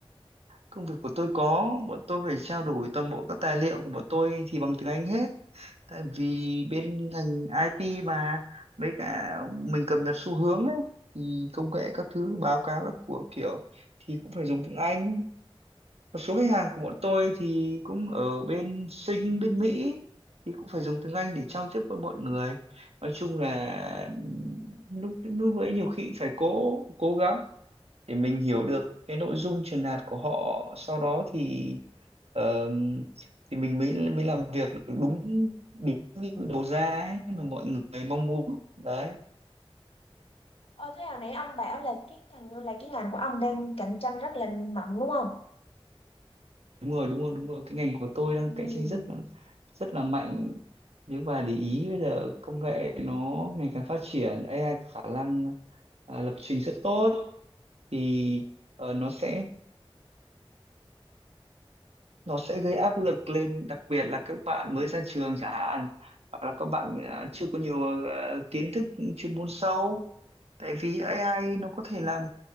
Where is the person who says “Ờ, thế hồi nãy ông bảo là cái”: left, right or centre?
Left